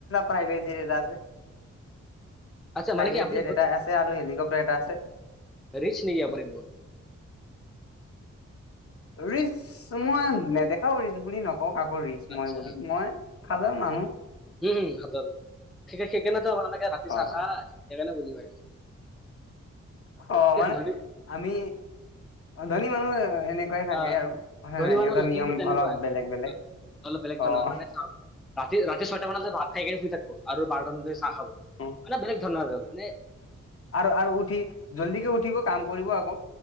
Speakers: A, on the left; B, in the centre.
A: প্ৰাইভেট <unintelligible> এটা আছে।
B: আচ্ছা
A: প্ৰাইভেট
B: মানে কি আপুনি
A: জেট
B: বহুত
A: এটা আছে, আৰু হেলিকপটাৰ এটা আছে।
B: ৰিচ নেকি, আপুনি বহুত?
A: ৰিচ, মই নেদেখাওঁ ৰিচ বুলি নকওঁ, কাকো ৰিচ
B: আচ্ছা
A: মই বুলি, মই খাজা মানুহ।
B: উম, হম হাতত, সেইকাৰণেটো আপোনালে এ, ৰাতি চাহ
A: অ
B: খাই, সেইকাৰণে বুজি পাইছোঁ
A: অ মানে
B: ধন
A: আমি, ধনী মানুহ তেনেকুৱাই থাকে
B: অ
A: আৰু, হয়
B: ধনী
A: নে,
B: মানুহৰ
A: সিহঁতৰ
B: লক্ষণবোৰ
A: নিয়ম
B: তেনেকুৱাই।
A: অলপ বেলেগ বেলেগ
B: অলপ বেলেগ ধৰণৰ
A: অ'
B: মানে চাওক ৰাতি, ৰাতি ছয়টা মান ভাত খাই শুই থাকিব, আৰু বাৰটা মানত চাহ খাব,
A: অ
B: মানে বেলেগ ধৰণৰ আৰু, মানে
A: আৰু, আৰু উঠি জল্দিকে উঠিব, কাম কৰিব আকৌ,